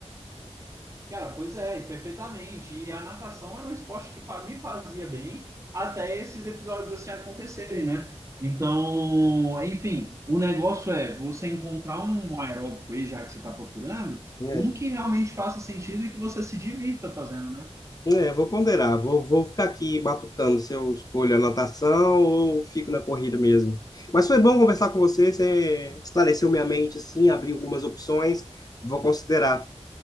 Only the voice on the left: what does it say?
né?
É, vou ponderar, vou, vou ficar aqui matutando se eu escolho a natação ou fico na corrida mesmo. Mas foi bom conversar com você, você esclareceu minha mente, assim, abriu algumas opções, vou considerar.